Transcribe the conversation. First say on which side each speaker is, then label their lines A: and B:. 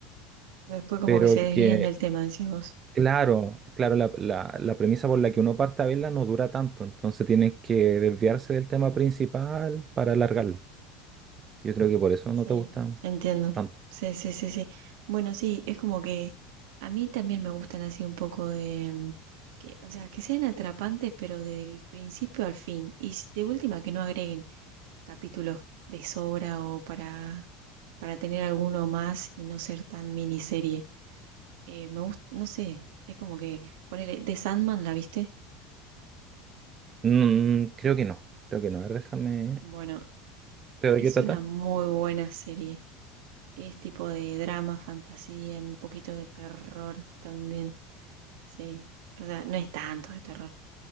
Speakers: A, on the right; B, on the right.
A: Después como
B: pero
A: que se desvían
B: que,
A: del tema, decís vos.
B: claro, claro, la, la- la premisa por la que uno parte a verla no dura tanto, entonces tienes que desviarse del tema principal para alargarla. Yo creo que por eso
A: Sí,
B: no te gusta
A: entiendo.
B: tanto.
A: Sí, sí, sí, sí. Bueno, sí, es como que a mí también me gustan así un poco de, mm, que, o sea, que sean atrapantes, pero del principio al fin. Y s- de última, que no agreguen capítulos de sobra o para, para tener alguno más y no ser tan miniserie. Eh, me gusta, no sé, es como que, ponele, The Sandman, ¿la viste?
B: Mm, creo que no, creo que no. A ver, déjame...
A: Bueno,
B: ¿Pero de
A: es
B: qué trata?
A: una muy buena serie. Es tipo de drama, fantasía, un poquito de terror también. Sí. O sea, no es tanto de terror.